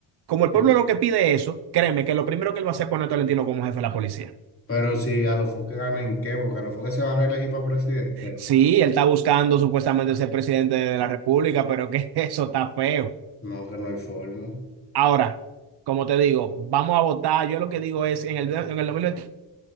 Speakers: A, on the right (about 65°); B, on the left (about 30°).
A: Como el
B: sí.
A: pueblo lo que pide eso, créeme que lo primero que él va a hacer es poner a Tolentino como jefe de la policía.
B: Pero si a los que gana en qué, porque a los que se va a reelegir para presidente.
A: Sí, él está buscando supuestamente ser presidente de la República, pero que <laughs> eso está feo.
B: No, que no hay forma.
A: Ahora, como te digo, vamos a votar. Yo lo que digo es, en el, en el 2021